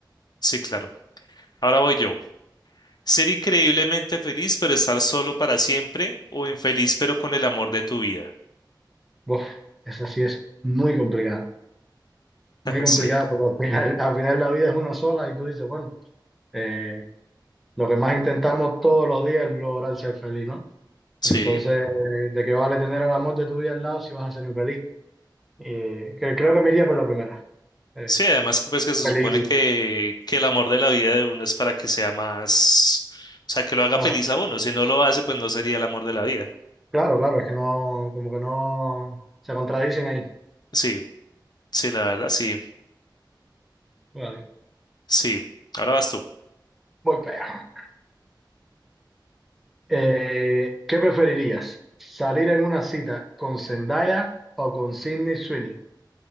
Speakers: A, on the left; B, in the centre.
A: sí, claro. Ahora voy yo. Ser increíblemente feliz pero estar solo para siempre o infeliz pero con el amor de tu vida.
B: Buf, esa sí es muy complicada, muy
A: <laughs>
B: complicada
A: Sí,
B: porque al final, al final la vida es una sola y tú dices, bueno. eh, Lo que más intentamos todos los días es lograr ser feliz, ¿no?
A: sí.
B: Entonces, ¿de qué vale tener al amor de tu vida al lado si vas a ser infeliz? Eh, que, creo que me iría por la primera. Eh,
A: Sí, además que pues que se
B: feliz,
A: supone que, que el amor de la vida de uno es para que sea más, o sea, que lo haga
B: claro,
A: feliz a uno. Si no lo hace, pues no sería el amor de la vida.
B: claro, claro, es que no, como que no se contradicen ahí.
A: Sí, sí, la verdad, sí,
B: Vale,
A: sí. Ahora vas tú.
B: voy para allá. Eh, ¿qué preferirías? ¿Salir en una cita con Zendaya o con Sydney Sweeney?